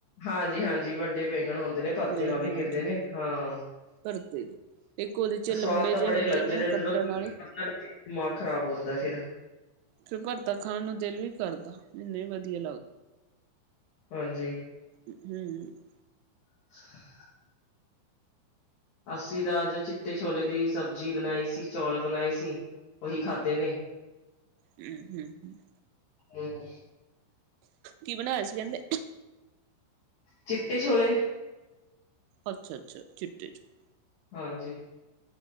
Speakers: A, on the left (about 80°); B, on the right (about 90°).
A: ਹਾਂਜੀ, ਹਾਂਜੀ ਵੱਡੇ ਬੈਂਗਣ ਹੁੰਦੇ ਨੇ ਭਰਥੇ ਵਾਲੇ
B: ਆ ਹਾਂਜੀ
A: ਕਹਿੰਦੇ ਨੇ ਹਾਂ
B: ਭਰਤੇ ਦੇ। ਇੱਕ ਉਹਦੇ ਚ ਲੰਬੇ
A: ਸਵਾਦ ਤਾਂ
B: ਜਿਹੇ
A: ਬੜੇ
B: ਹੁੰਦੇ
A: ਲੱਗਦੇ ਨੇ
B: ਉਹ ਕੱਟਣ
A: ਜਦੋਂ <unintelligible>
B: ਆਲੇ
A: ਦਾ ਨਾ ਦਿਮਾਗ ਖਰਾਬ ਹੁੰਦਾ ਫਿਰ
B: ਫੇਰ ਭਰਥਾ ਖਾਣ ਨੂੰ ਦਿਲ ਵੀ ਕਰਦਾ, ਇੰਨੇ ਲਦੇ
A: ਹਾਂਜੀ
B: ਹਮ ਹ <unintelligible>
A: <inaudible> <inaudible> ਅਸੀ ਤਾ ਅੱਜ ਚਿੱਟੇ ਛੋਲੇ ਦੀ ਸਬਜ਼ੀ ਬਣਾਈ ਸੀ ਚੌਲ ਬਣਾਏ ਸੀ ਉਈ ਖਾਧੇ ਨੇ
B: ਹਮ, ਹਮ, ਹਮ <unintelligible>
A: ਹੂੰ
B: ਕੀ ਬਣਾਇਆ ਸੀ <unintelligible> ਕਹਿੰਦੇ
A: ਚਿੱਟੇ ਛੋਲੇ
B: ਅੱਛਾ, ਅੱਛਾ ਚਿੱਟੇ ਛੋਲੇ
A: ਹਾਂਜੀ